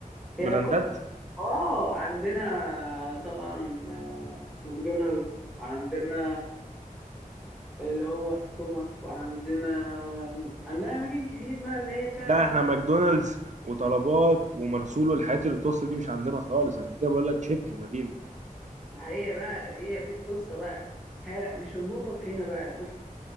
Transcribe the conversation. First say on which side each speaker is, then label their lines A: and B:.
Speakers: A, in the centre; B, on the right.
A: هي
B: براندات
A: كو... اه عندنا طبعا آه، ماكدونالدز وعندنا اللي هو ستومك وعندنا عندنا أماكن كتير بقى اللي هي فيها
B: لا احنا ماكدونالدز وطلبات ومرسول والحاجات اللي بتوصل دي مش عندنا خالص عشان كده بقول لك شبه مدينة
A: ما هي بقى هي دي القصة بقى ها مش النقطة في هنا بقى بص